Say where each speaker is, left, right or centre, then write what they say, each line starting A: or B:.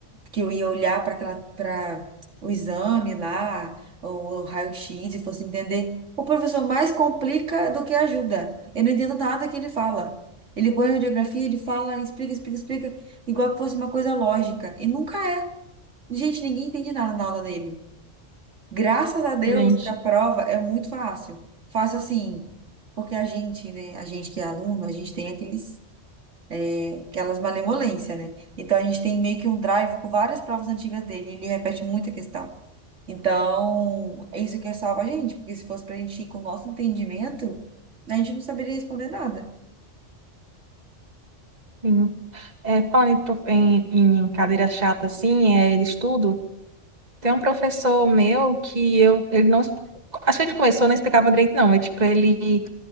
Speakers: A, on the right; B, on the right.
A: que eu ia olhar para aquela para o exame lá, ou o raio-x e fosse entender. O professor mais complica do que ajuda. Eu não entendo nada que ele fala. Ele põe a radiografia, ele fala, explica, explica, explica, igual que fosse uma coisa lógica. E nunca é. Gente, ninguém entende nada na aula dele. Graças a Deus
B: gente.
A: que a prova é muito fácil. Fácil assim, porque a gente, né, a gente que é aluno, a gente tem aqueles, é, aquelas malemolências, né? Então a gente tem meio que um drive com várias provas antigas dele, e ele repete muita questão. Então, é isso que é salva a gente, porque se fosse pra gente ir com o nosso entendimento, a gente não saberia responder nada.
B: Sim. É, falando em, prof- em, em cadeira chata, assim, é, de estudo. Tem um professor meu que eu, ele não, acho que ele começou, não explicava direito, não. É tipo, ele